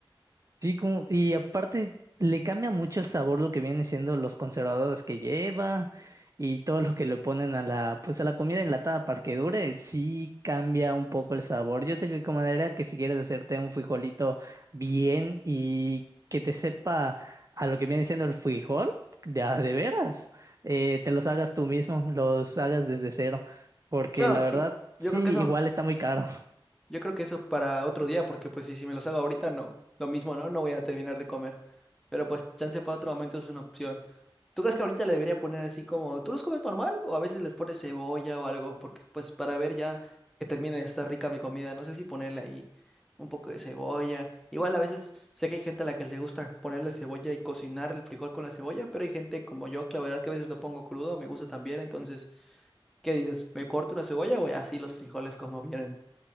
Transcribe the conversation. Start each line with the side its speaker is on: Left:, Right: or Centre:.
Right: Sí, como, y aparte le cambia mucho el sabor lo que vienen siendo los conservadores que lleva y todo lo que le ponen a la, pues a la comida enlatada para que dure, sí cambia un poco el sabor. Yo te recomendaría que si quieres hacerte un frijolito bien y que te sepa a lo que viene siendo el frijol, de, a de veras, eh, te los hagas tú mismo, los hagas desde cero, porque
Centre: Claro,
Right: la
Centre: sí,
Right: verdad
Centre: yo
Right: sí,
Centre: creo que eso
Right: igual está muy caro.
Centre: Yo creo que eso para otro día, porque pues si, si me los hago ahorita, no. Lo mismo, ¿no? No voy a terminar de comer. Pero pues chance para otro momento es una opción. ¿Tú crees que ahorita le debería poner así como, ¿tú los comes normal? O a veces les pones cebolla o algo, porque pues para ver ya que termine de estar rica mi comida, no sé si ponerle ahí un poco de cebolla. Igual a veces sé que hay gente a la que le gusta ponerle cebolla y cocinar el frijol con la cebolla, pero hay gente como yo que la verdad es que a veces lo pongo crudo, me gusta también, entonces, ¿qué dices? ¿Me corto una cebolla o así los frijoles como vienen?